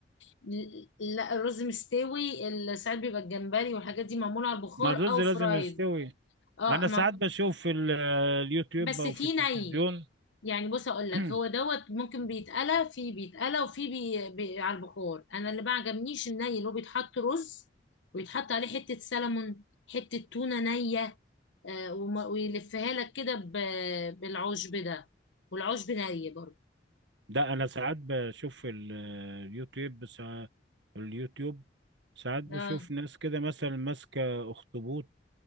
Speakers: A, on the left; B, on the right.
A: ل- لا الرز مستوي ال- ساعات بيبقى الجمبري والحاجات دي معمولة على البخار
B: ما الرز
A: او
B: لازم
A: فرايد
B: يستوي
A: اه
B: انا
A: ما-
B: ساعات بشوف في ال- اليوتيوب
A: بس
B: او
A: في
B: في
A: ني
B: التلفزيون
A: يعني بص اقول لك
B: <clears throat>
A: هو دوت ممكن بيتقلى في بيتقلى وفي بي... بي... على البخار انا اللي ما عجبنيش الني اللي هو بيتحط رز ويتحط عليه حته سلمون حته تونه نيه آه وم... ويلفها لك كده ب... بالعشب ده والعشب ني برضه
B: ده انا ساعات بشوف في ال- اليوتيوب ساعات اليوتيوب ساعات بشوف
A: آه.
B: ناس كده مثلا ماسكة اخطبوط